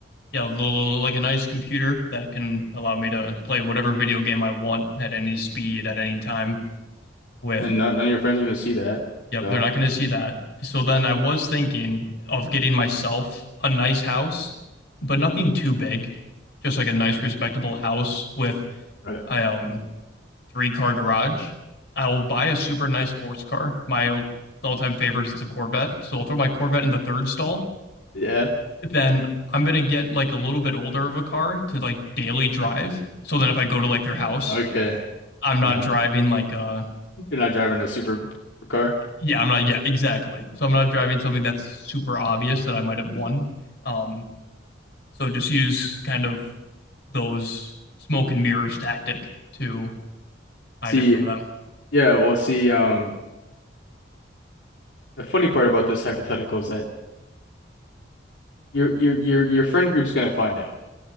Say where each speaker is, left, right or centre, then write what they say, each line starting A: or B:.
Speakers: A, on the left; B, on the left.
A: yeah, a little, like a nice computer that can allow me to play whatever video game I want at any speed, at any time, with
B: and none, none of your friends are going to see that.
A: Yep,
B: So,
A: they're not going to see that. So then I was thinking of getting myself a nice house, but nothing too big. Just like a nice, respectable house with
B: right.
A: a um, three car garage. I'll buy a super nice sports car. My old, all-time favorite is the Corvette. So I'll throw my Corvette in the third stall.
B: Yeah.
A: Then I'm going to get like a little bit older of a car to like daily drive. So then if I go to like their house,
B: Okay.
A: I'm not
B: Yeah.
A: driving like a
B: You're not driving a super car.
A: Yeah, I'm not. Yeah, exactly. So I'm not driving something that's super obvious that I might have won. Um, so just use kind of those smoke and mirrors tactic to hide
B: See,
A: it from them.
B: yeah, well, see, um The funny part about this hypothetical is that your your your your friend group's gonna find out